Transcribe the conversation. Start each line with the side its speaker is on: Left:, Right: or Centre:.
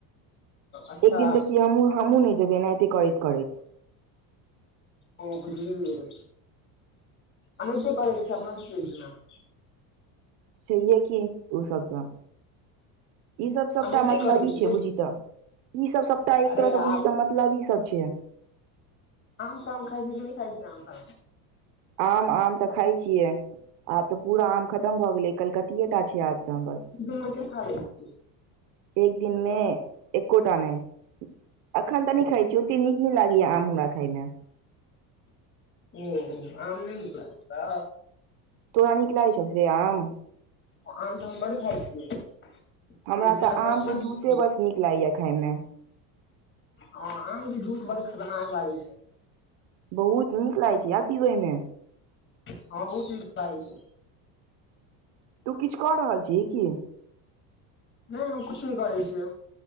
Left: अच्छा
Right: एकदिन देखी हमू हमुँ नहि जेबै न एत करैत करैत
Left: ओ बुझलियै अनहिते प ग छै अपना सु एक ने <inaudible>
Right: सहिए कि ओ सब ता ई सब सबटा
Left: एनाहिते
Right: मतलबी
Left: करैके
Right: ई छै बुझी तऽ ई सब सबटा एक
Left: अरे
Right: तरहसँ
Left: आब
Right: बुझी तँ मत मतलबी सब छैै
Left: आम ताम खाय छी कि नहि खइ छै आम ताम
Right: आम आम तऽ खाइ छियै आब तऽ पूरा आम खतम भऽ गेलै कलकतिये टा छै आब तऽ बस
Left: <inaudible>
Right: एक दिनमे एकोटा नहि अखन तऽनी खाइ छी ओते न नी लागीया आम हमरा खाइमे
Left: ओ आम नहि निकल छ
Right: तोड़ा नीक लागय छौ से आम
Left: आम तऽ हम बड़ खाइ छियै एक
Right: हमरा
Left: दिन
Right: तऽ
Left: मे
Right: आम
Left: पाँच पाँच
Right: के जूसे
Left: टा
Right: बस नीक लागैए खायमे
Left: ह आम के जूस बड़ खतरनाक लागै छै
Right: बहुत नीक लागै छै यार पिबै मे
Left: हँ बहुत नीक लागै छै
Right: तू किछ कऽ रहल छिय की
Left: नहि हम कुछ नहि करै छियै